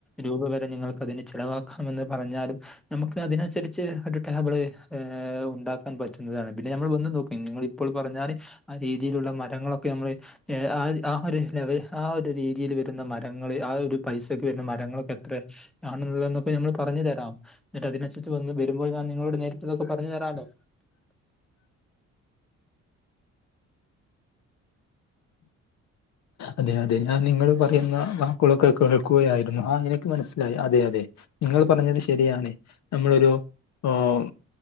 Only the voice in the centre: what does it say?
രൂപ വരെ നിങ്ങൾക്ക് അതിന് ചിലവാക്കാമെന്ന് പറഞ്ഞാലും നമുക്ക് അതിനനുസരിച്ച് ഒരു ടാബിള് ഉണ്ടാക്കാൻ പറ്റുന്നതാണ് പിന്നെ നമ്മൾ വന്ന് നോക്ക്‌ നിങ്ങളിൽ ഇപ്പോൾ പറഞ്ഞാല് ആ രീതിയിലുള്ള മരങ്ങളൊക്കെ നമ്മൾ ആഹ് ആ ഒരു ലെവൽ ആഹ് രീതിയിൽ വരുന്ന മരങ്ങൾ ആ ഒരു പൈസക്ക് വരുന്ന മരങ്ങളൾക്കെ എത്ര ആണുള്ളള് എന്നൊക്കെ നമ്മൾ പറഞ്ഞു തരാം എന്നട്ട് അതിനനുസരിച്ച് വന്ന് വരുമ്പോൾ ഞാൻ നിങ്ങളോട് നേരിട്ടതൊക്കെ പറഞ്ഞു തരാലോ